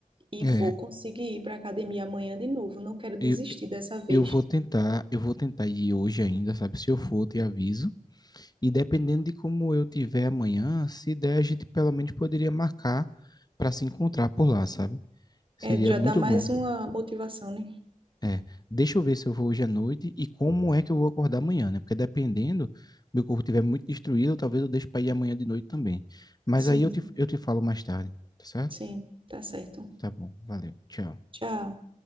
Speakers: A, on the right (about 40°); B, on the left (about 30°).
A: e
B: É.
A: vou conseguir ir para academia amanhã de novo. Não quero desistir
B: Eu,
A: dessa vez.
B: eu vou tentar, eu vou tentar ir hoje ainda, sabe? Se eu for, eu te aviso. E dependendo de como eu tiver amanhã, se der, a gente pelo menos poderia marcar para se encontrar por lá, sabe? Seria
A: É, já
B: muito
A: dá mais
B: bom.
A: uma motivação, né?
B: É. Deixa eu ver se eu vou hoje à noite e como é que eu vou acordar amanhã, né? Porque dependendo, meu corpo estiver muito destruído, talvez eu deixe para ir amanhã de noite também. Mas
A: Sim,
B: aí eu te, eu te falo mais tarde, tá certo?
A: sim, tá certo.
B: Tá bom, valeu. Tchau.
A: Tchau.